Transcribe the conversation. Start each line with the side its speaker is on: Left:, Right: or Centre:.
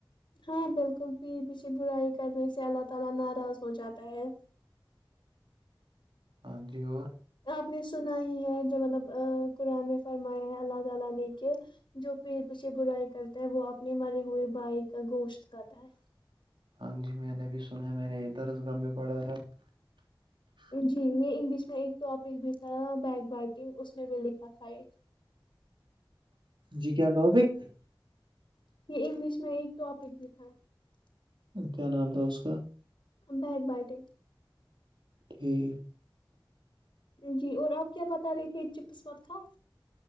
Left: ہاں بالکل پیر پیچھے برائی کرنے سے اللہ تعالی ناراض ہو جاتا ہے
Right: ہاں جی اور
Left: <unintelligible>
Right: ہاں جی میں نے بھی سنا میں نے ادھر اس گام میں پڑھا تھا
Left: جی میں انگلش میں ایک ٹاپک بھی تھا بیک بائٹنگ اس میں بھی لکھا تھا ایک
Right: جی کیا ٹاپک <unintelligible>
Left: یہ انگلش میں ایک ٹاپک بھی تھا <unintelligible>
Right: کیا نام تھا اس کا
Left: بگ بیائٹ
Right: <unintelligible>
Left: جی اور آپ کیا بتا رہے تھے چپسمت خوان